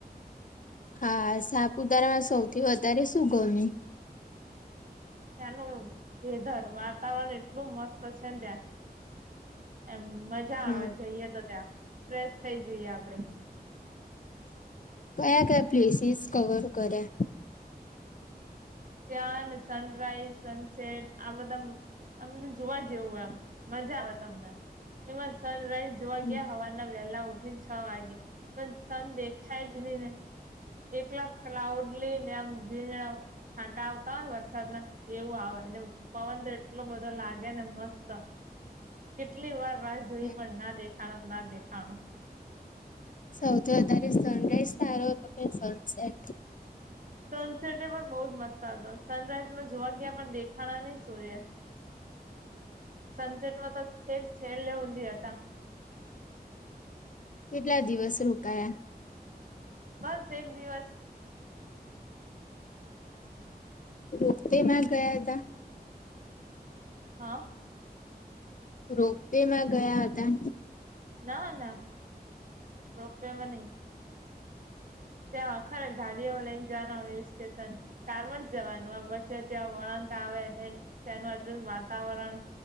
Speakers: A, on the left; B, on the right.
A: હા. સાપુતારામાં સૌથી વધારે શું ગમે.
B: ત્યાંનું વેધર. વાતાવરણ એટલું મસ્ત છે ને ત્યાં. એમ મજા
A: હમ
B: આવે જઈએ તો ત્યાં. ફ્રેશ થઇ જઈએ આપડે.
A: કયા કયા પ્લેસીસ કવર કર્યો.
B: ત્યાં ને સનરાઈઝ સનસેટ આ બધા અમ તો જોવા જેવું એમ. મજા આવે તમને. એમાં સનરાઈઝ જોવા
A: હમ
B: ગયા હવાના વહેલા ઉઠીને છ વાગે. પણ સન દેખાય જ નહી ને. એકલા જ ક્લાઉડલી ને એમ ઝીણા છાંટા આવતા હોય ને વરસાદના એવું આવે ને પવન એટલો બધો લાગે ને મસ્ત. કેટલી વાર રાહ જોઈ
A: હમ.
B: પણ ના દેખાણો ના દેખાણો.
A: સૌથી વધારે સનરાઈઝ સારો હતો કે સનસેટ?
B: સનસેટને પણ બહ જ મસ્ત આવતો સનરાઈઝમાં જોવા ગયાં પણ દેખાણા નહી સૂર્ય. સનસેટમાં તો છેક છેલ ઊંધી હતા.
A: કેટલા દિવસ રોકાયા?
B: બસ એક દિવસ
A: રોપવે મે ગયા ત
B: હા
A: રોપવે માં ગયા હતા.
B: ના ના રોપવે મા નઈ. ત્યાં ખરા ગાડી વાળને જના હિલ સ્ટેશન. કારમાં જ જવાનું આ વચ્ચે વચ્ચે વળંક આવે ને ત્યાનું આજબ વાતાવરણ